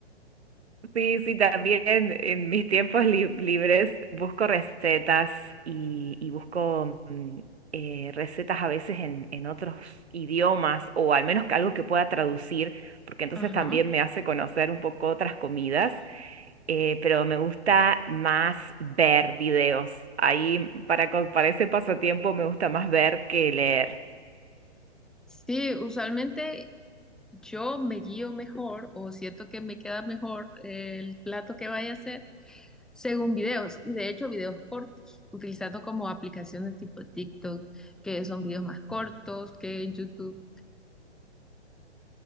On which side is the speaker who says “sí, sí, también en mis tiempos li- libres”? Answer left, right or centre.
Right